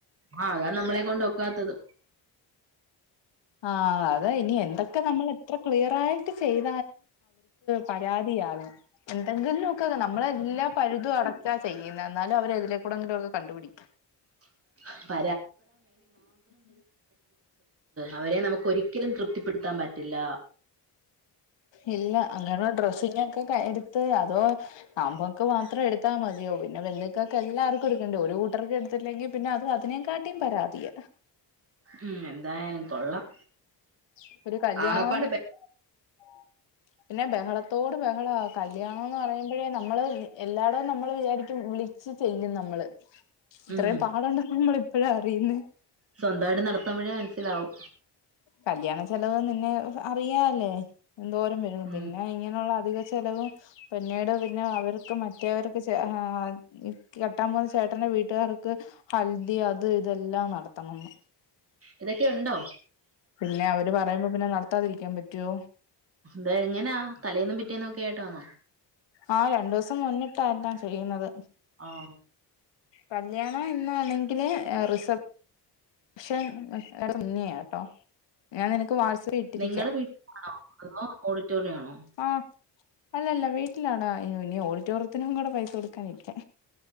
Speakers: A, on the right (about 30°); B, on the left (about 85°).
A: ആഹ് അതാ നമ്മളെ കൊണ്ടൊക്കാത്തത്
B: ആഹ അത ഇനി എന്തൊക്കെ നമ്മള <inaudible> <unintelligible> <unintelligible> ചെയ്യ് പരാതിയാണ് എന്തെങ്കിൽനുവൊക്കെ ഒക്കെ നമ്മള് എല്ലാ പഴുതും അടച്ചാ ചെയ്യുന്നേ എന്നാലും അവര് എതിലെക്കൂടിയെങ്കിലും ഒക്കെ കണ്ട് പിടിക്കും
A: <inaudible> അവരെ നമുക്ക് ഒരിക്കലും തൃപ്‌തിപ്പ് പ്പെടുത്താൻ പറ്റില്ല
B: ഇല്ല അന്നനോ ഡ്രസ് ച്ചിനൊക്കെ കയ് എട്ത്ത് അതോ നമ്മക്ക് മാത്രഎട്ത്താ മത്യോ പിന്നെ ബെന്ധുക്കൊക്കെല്ലാർക്കും എട്ക്കണ്ടേ ഒരു കൂട്ടർക്ക് എട്ത്തില്ലെങ്കി പിന്നെ അത് അതിനേ കാടട്ടിം പരാതിയ
A: ഉം എന്തായാലും കൊള്ളാം
B: <inaudible>
A: ആകപ്പാട്
B: പിന്നെ ബഹളത്തോട് ബഹള കല്യാണന്ന് പറയുമ്പഴേ ന മ്മള് എല്ലാടെ നമ്മള് വിചാരിക് ക്കു വിളിച്ചു ചെല്ലും നമ്മള് ഇത്രയും
A: ഉം
B: പാടുണ്ടെന്ന് നമ്മൾ ഇപ്പഴാ അറിയുന്നെ
A: സ്വന്തായിട്ട് നടത്തമ്പഴേ ൻസ്സിലാവു
B: കല്യാണ ചെലവ് ന്ന്ന്നെ അറിയാല്ലേ എൻ ദോരം വരുന്നു
A: ഉം
B: പിന്നെ ഇങ്ങനെള്ള ധിക ചെലവും പിന്നീട് പിന്നെ അവര് ക്ക്‌ മറ്റേവർക്ക് ചെ ആഹ് ക് കെട്ടാം പോണെ ചേട്ടന്റെ വീട്ടുആർക്ക് ഹൽദി അത് ഇതെല്ലാം നടത്തണംന്ന്
A: ഇതൊക്കെ ഉണ്ടോ
B: പിന്നെ അവര് പറയുമ്പോ ഇങ്ങനെ നടത്താതിരിക്കാൻ പറ്റോ
A: ദ് എങ്ങനാ തലയൊന്നും പിറ്റേന്നുഒക്കെ കേട്ടോ ന്നോ
B: ആഹ രണ്ടു ദിവസം മുന്നി എല്ലാം ചെയ്യുന്നത്
A: ആഹ്
B: കല്യാണം ഇന്നാആണെങ്കി പിന്നെ റിസർ ക്ഷേ അയാളുടെ മുന്നിയാ കേട്ടോ ഞാൻ നിന വാസവ ഇട്ടിരിക്ക
A: നിങ്ങളടെ വീട്ടിലാണോ അതോ ഓഡിറ്റോറിയം ആണോ
B: ആ അല്ലല്ല വീട്ടിലാഡാ ഇനി വലിയ ഓ ട്ടോറിയത്തിനും കൂടെ പൈസ കൊടുക്കാന ഇരിക്ക